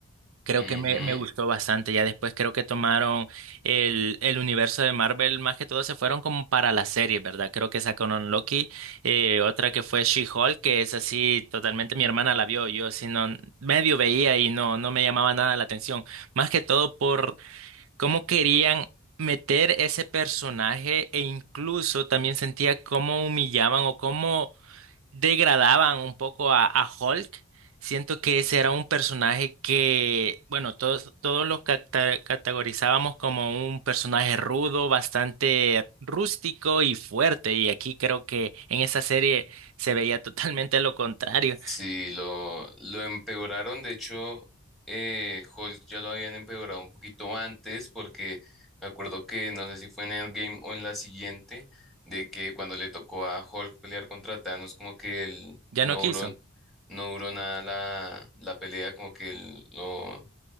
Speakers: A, on the right; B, in the centre.
A: Creo
B: Ujú.
A: que me, me gustó bastante. Ya después creo que tomaron el, el universo de Marvel, más que todo se fueron como para la serie, ¿verdad? Creo que sacaron Loki, eh, otra que fue She-Hulk, que es así, totalmente mi hermana la vio, yo si no, medio veía y no, no me llamaba nada la atención. Más que todo por cómo querían meter ese personaje e incluso también sentía cómo humillaban o cómo degradaban un poco a, a Hulk. Siento que ese era un personaje que, bueno, todos, todos lo cata- categorizábamos como un personaje rudo, bastante rústico y fuerte. Y aquí creo que en esa serie se veía <laughs> totalmente lo contrario.
B: Sí, lo, lo empeoraron. De hecho, eh, Hulk ya lo habían empeorado un poquito antes, porque me acuerdo que no sé si fue en Endgame o en la siguiente, de que cuando le tocó a Hulk pelear contra Thanos, como que él
A: Ya
B: no
A: no quiso.
B: duró, no duró nada la, la pelea, como que él lo,